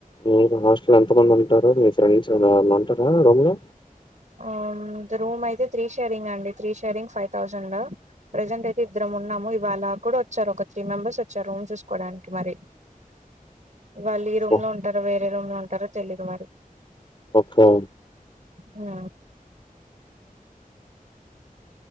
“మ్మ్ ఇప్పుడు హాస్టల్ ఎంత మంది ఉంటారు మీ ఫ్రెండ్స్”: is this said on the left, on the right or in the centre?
Left